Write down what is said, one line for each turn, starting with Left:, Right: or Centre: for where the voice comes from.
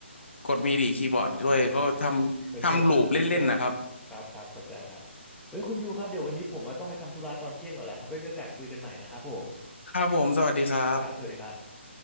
Left: กดมีดีคีย์บอร์ดด้วยก็ทำทำลูปเล่นๆนะครับ
Centre: อ่าเพลินๆนะครับครับเข้าใจครับเอ้ยคุณยูครับเดี๋ยววันนี้ผมต้องไปทำธุระตอนเที่ยงก่อนแล้วครับไว้มีโอกาสคุยกันใหม่นะครับผม
Left: ครับผมสวัสดีครับ
Centre: ครับสวัสดีครับ